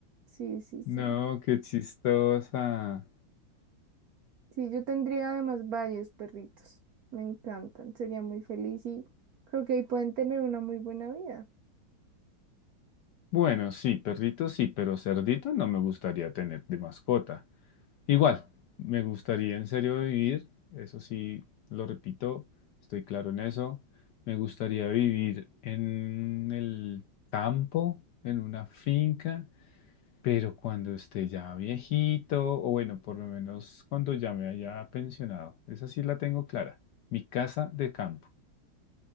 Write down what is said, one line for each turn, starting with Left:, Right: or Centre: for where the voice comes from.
Right: Sí, sí, sí.
Left: No, qué chistosa.
Right: Sí, yo tendría además varios perritos. Me encantan, sería muy feliz y creo que ahí pueden tener una muy buena vida.
Left: Bueno, sí, perrito sí, pero cerdito no me gustaría tener de mascota. Igual, me gustaría en serio vivir, eso sí, lo repito, estoy claro en eso. Me gustaría vivir en el campo, en una finca, pero cuando esté ya viejito, o bueno, por lo menos cuando ya me haya pensionado. Esa sí la tengo clara, mi casa de campo.